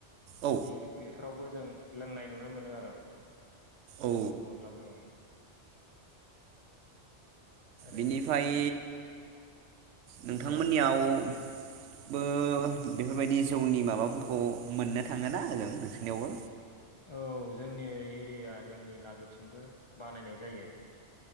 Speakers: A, on the left; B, on the right.
A: बिदि
B: औ
A: बे फैयो फोरावबो जों लोंनाय नुनो मोनो आरो गोबां
B: औ
A: नङाब्लाबो औ आरो
B: बिनिफ्राय नोंथांमोननियाव
A: औ दे
B: ओ बेफोरबायदि जौनि माबाफोरखौ मोननो थाङो ना नोंसोरनियावबो
A: औ जोंनि एरिया जोंनि लागोथिंबो बानायनाय जायो